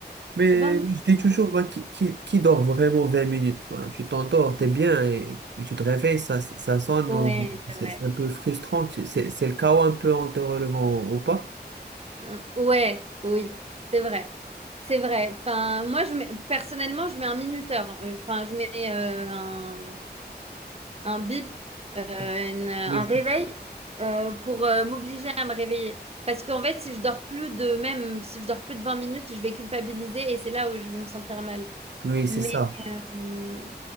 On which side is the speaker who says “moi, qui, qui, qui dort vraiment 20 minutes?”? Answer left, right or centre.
Right